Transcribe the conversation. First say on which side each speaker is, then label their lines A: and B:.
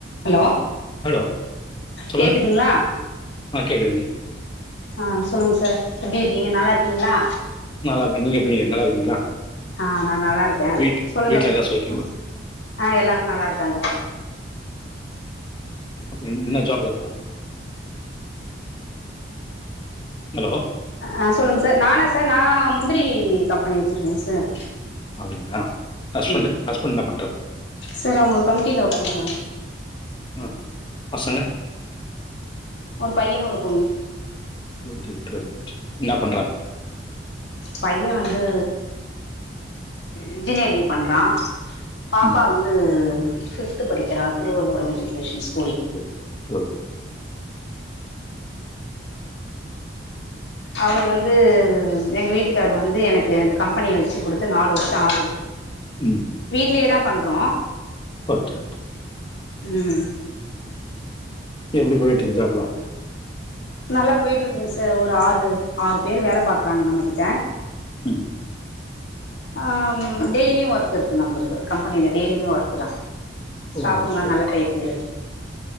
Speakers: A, on the left; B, on the left.
A: ஹலோ
B: ஹலோ சொல்லுங்க.
A: கேக்குதுங்களா
B: ஆ கேட்குதுங்க.
A: ஆ சொல்லுங்க சார் எப்டி இருக்கீங்க நல்லா இருக்கீங்களா
B: நல்லா இருக்கே நீங்க எப்படிங்க நல்லா இருக்கீங்களா
A: ஆஹ் நா நல்லா இருக்கே
B: வீட்
A: சொல்லுங்கப்ப
B: வீட்ல எல்லாரும் சௌக்கியமா?
A: ஆ எல்லாரு நல்லா இருக்காங்க
B: அப்ப என்ன ஜாப்ல இருக்க <inaudible> ஹலோ
A: அ சொல்லுங்க சார் நானா சார் நான் முந்திரி கம்பெனி வச்சிருக்கேங்க சார்
B: அப்படிங்களா ஹஸ்பண்ட்
A: ம்
B: ஹஸ்பண்ட் என்ன பண்றாரு
A: சார் அவங்க கமிட்டில ஒர்க் பண்றாங்க
B: ம் பசங்க
A: ஒரு பைய ஒரு பொண்ணு
B: <unintelligible> என்ன பண்றாங்
A: பைய வந்து இன்ஜினியரிங் பண்றா பாப்பா
B: ம்.
A: வந்து ஃபிஃப்த் படிகிறா திருவள்ளுவர் மெட்ரிகுலேஷன் ஸ்
B: <inaudible>
A: அவர் வந்து எங்க வீட்டுக் கார் வந்து எனக்கு அந்த கம்பெனிய வச்சு குடுத்து நாலு வருஷோ ஆகுது
B: ம் ம்.
A: வீட்டு்லேதா பண்றோ
B: <unintelligible>
A: உம்
B: எப்படி போயிட்ருக்கு ஜாப்பல்லா
A: நல்லா போயிட்டு இருக்குங்க சார் ஒரு ஆறு ஆறு பேர் வேல பாக்குறாங்க நம்ம கிட்ட
B: ம்
A: ஆஹ டெய்லியு ஒர்க் இருக்கு நம்மளுக்கு கம்பெனியில டெய்லியுமே ஒர்க்கு தா ஸ்டாப்புங்கள்ல்லா
B: ஓகே
A: நல்ல
B: ஓகே.
A: டைப்பு